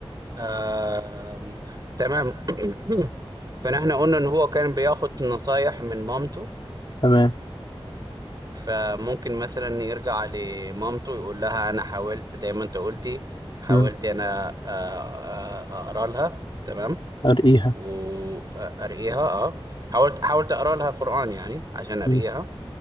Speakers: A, on the right; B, on the left.
A: آه تمام <coughs> <clears throat> فنحن قلنا ان هو كان بياخد نصايح من مامته
B: تمام
A: فممكن مثلا يرجع لمامته يقول لها انا حاولت زي ما انت قلتي حاولت
B: امم
A: انا آه، آه، اقرا لها تمام
B: ارقيها
A: وارقيها اه حاولت حاولت اقرا لها قرآن يعني عشان ارقيها
B: مم.